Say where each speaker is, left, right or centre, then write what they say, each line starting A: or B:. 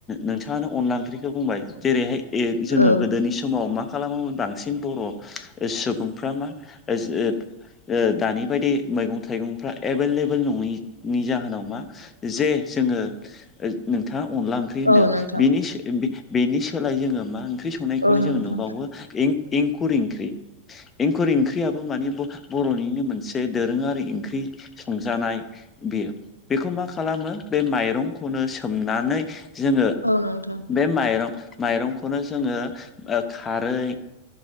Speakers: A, on the left; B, on the left.
A: नोंथाङानो अनला ओंख्रिखौ बुंबाय जेरैहाय ए जोंङो
B: औ
A: गोदोनि समाव मा खालामोमोन बां बांसिन बर' सुबुंफ्रा मा <unintelligible> ओ दानि बायदि मैगं थाइगंफ्रा एभेलेबेल नङैनि जाहोनाव मा जे जोंङो नोंथाङा अनला ओंख्रि होनदोंनि
B: औ नोंथां
A: बेनि सोलाय जोंङो मा ओंख्रि संनायखौनो
B: औ नोंथां
A: जोंङो नुबावो
B: औ
A: एंखुर ओंख्रि एंखुर ओंख्रियाबो मानि बर'निनो मोनसे दोरोङारि ओंख्रि संजानाय बेयो बेखौ मा खालामो बे माइरंखौनो सोमनानै जोंङो
B: औ नोंथां
A: बे माइरं माइरंखौनो जोंङो खारै